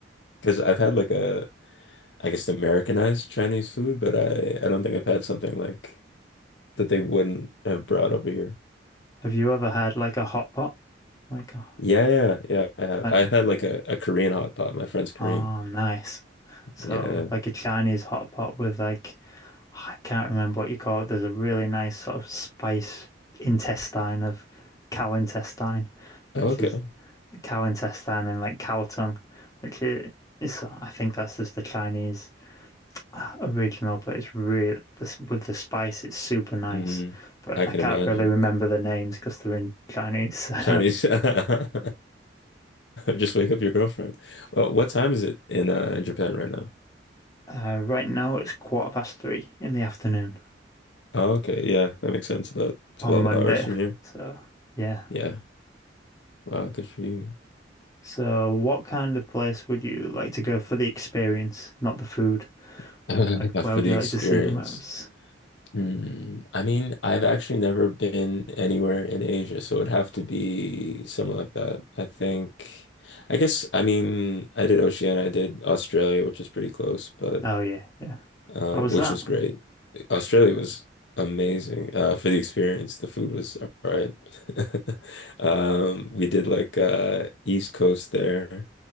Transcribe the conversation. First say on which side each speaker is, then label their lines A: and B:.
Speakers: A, on the left; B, on the left.
A: because I've had like a I guess Americanized Chinese food, but I I don't think I've had something like that they wouldn't have brought over here.
B: Have you ever had like a hot pot? Like a
A: Yeah, yeah, yeah, I have.
B: like
A: I've had like a, a Korean hot pot. My friend's Korean.
B: oh nice. So
A: Yeah.
B: like a Chinese hot pot with like I can't remember what you call it. There's a really nice sort of spice intestine of cow intestine, which
A: Oh, okay.
B: is cow intestine and like cow tongue, which is I think that's just the Chinese uh, original, but it's really this with the spice, it's super nice.
A: hmm
B: But
A: I
B: I
A: can
B: can't
A: imagine.
B: really remember the names because they're in Chinese. <laughs>
A: Chinese. <laughs> Just wake up your girlfriend. Well, what time is it in uh in Japan right now?
B: uh, right now it's quarter past three in the afternoon
A: Oh, okay, yeah, that makes sense. About 12
B: on Monday.
A: hours from here.
B: So yeah.
A: Yeah. Wow, good for you.
B: So what kind of place would you like to go for the experience, not the food?
A: <laughs> For
B: Like where would
A: the
B: you
A: experience.
B: like to see the most?
A: Hmm. I mean, I've actually never been anywhere in Asia, so it would have to be somewhere like that. I think, I guess, I mean, I did Oceania, I did Australia, which is pretty close, but
B: Oh yeah, yeah.
A: uh,
B: How was
A: which
B: that?
A: was great. Australia was amazing uh, for the experience. The food was all right. <laughs> Um, we did like uh, East Coast there,